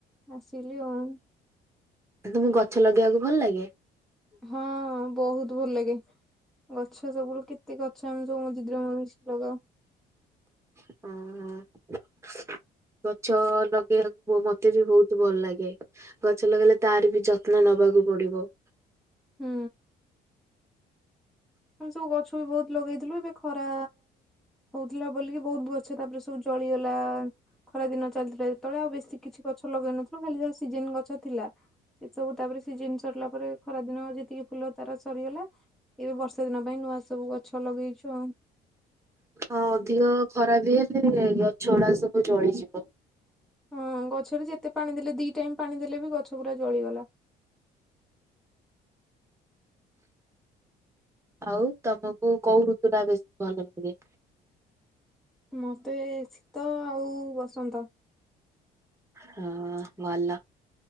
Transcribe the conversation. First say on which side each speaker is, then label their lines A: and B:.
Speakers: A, in the centre; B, on the right (about 15°).
A: ଆସିଲି ଆଉ।
B: ତମକୁ ଗଛ ଲଗେଇବାକୁ ଭଲ ଲାଗେ?
A: ହଁ ବହୁତ ଭଲ ଲାଗେ। ଗଛ ସବୁୁ କେତେ ଗଛ ଆମ ସବୁ ଦିଦି ମୋର ମିଶି ଲଗାଉ।
B: ହଁ ହ। ଗଛ ଲଗେଇବାକୁ ମତେ ବି ବହୁତ ଭଲ ଲାଗେ। ଗଛ ଲଗେଇଲେ ତାର ବି ଯତ୍ନ ନବାକୁ ପଡିବ।
A: ହୁଁ। ମୁ ସବୁ ଗଛ ବି ବହୁତ ଲଗେଇଥିଲୁ ଏବେ ଖରା ହଉଥିଲା ବୋଲିକି ବହୁତ ଗଛ ତାପରେ ସବୁ ଜଳିଗଲା ଖରା ଦିନ ଚାଲିଥିଲା ସେତେବେଳେ ଆଉ ବେଶୀ କିଛି ଗଛ ଲଗେଇନଥିଲୁ ଖାଲି ଯାହା ସିଜେନ ଗଛ ଥିଲା। ସେ ସବୁ ତାପରେ ସି ଜିନ ସରିଲା ପରେ, ଖରା ଦିନ ଯେତିକି ଫୁଲ ତାର ସରିଗଲା। ଏବେ ବର୍ଷା ଦିନ ପାଇଁ ନୂଆ ସବୁ ଗଛ ଲଗେଇଛୁ ଆଉ।
B: ହଁ ଅଧିକ ଖରାପ ହେଲେ ଗଛ ଗୁଡ଼ା ସବୁ ଜଳିଯିବ।
A: ହଁ ଗଛରେ ଯେତେ ପାଣି ଦେଲେ ଦି ଟାଇମ୍ ପାଣି ଦେଲେ ବି ଗଛ ପୁରା ଜଳିଗଲା।
B: ଆଉ ତମକୁ କଉ ଋତୁ ଟା ବେଶୀ ଭଲ ଲାଗେ।
A: ମତେ ଶୀତ ଆଉ ବସନ୍ତ।
B: ହଁ ଭଲ